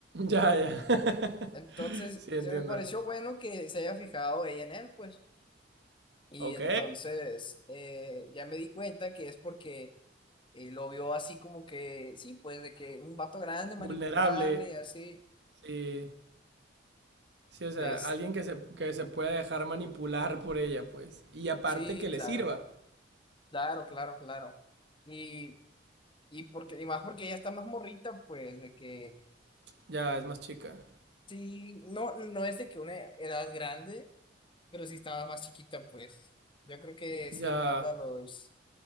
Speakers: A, on the right (about 60°); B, on the left (about 25°).
A: Ya, ya. <laughs>
B: Entonces,
A: sí, entiendo.
B: se me pareció bueno que se haya fijado ella en él, pues. Y
A: Ok,
B: entonces, eh, ya me di cuenta que es porque eh, lo vio así como que, sí, pues, de que un vato grande, manipulable
A: vulnerable.
B: y así.
A: Sí, Sí, o sea,
B: Entonces,
A: alguien que se, que se pueda dejar manipular por ella, pues. Y aparte
B: sí,
A: que
B: claro.
A: le sirva.
B: Claro, claro, claro. Y, y porque, y más porque ella está más morrita, pues, de que
A: Ya es más chica.
B: sí, no, no es de que una edad grande, pero sí estaba más chiquita, pues. Yo creo que sí
A: Ya,
B: ronda los